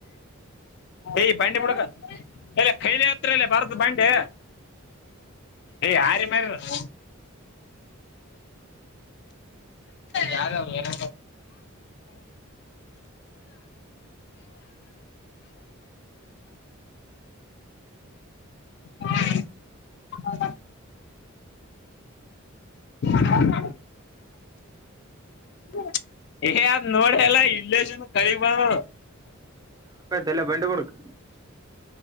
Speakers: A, on the left; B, on the right.
A: ಯ ಬಂಡಿ ಮುಡಕ ಇಲ್ಲ ಕೈಲಿ ಹತ್ರಲ್ಲ ಬರ್ದ ಬಂಡೆ ಏ ಯಾರಿ ಮಾರ ಹ್ಮ ಯಾರ ಹೌ ಹ್ಮ ಹ ಹ ಹ್ಮ ಏ ಅದ್ ನೋಡಲ್ಲ ಇಲ್ಲನು ಕರಿಗ್ ಬಂದ
B: ಇಲ್ಲ ಬಂಡು ಕುಳಕ್